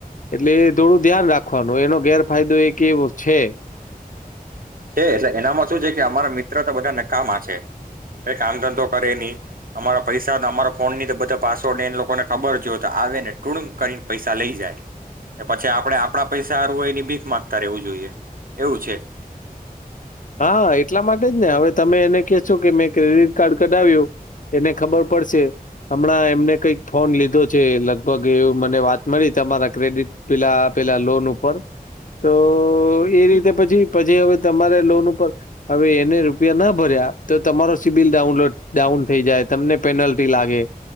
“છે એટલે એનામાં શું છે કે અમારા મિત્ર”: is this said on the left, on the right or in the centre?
Right